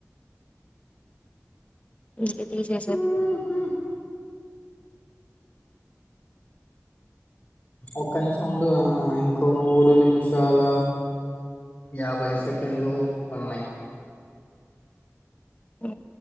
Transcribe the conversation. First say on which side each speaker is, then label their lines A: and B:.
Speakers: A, on the left (about 25°); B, on the left (about 40°).
A: ఇక తీసేసారు
B: ఉ హు ఒక్క నిమిషం అండి ఇంకో మూడు నిమిషాల యాభై సెకండ్లు ఉన్నాయి
A: అ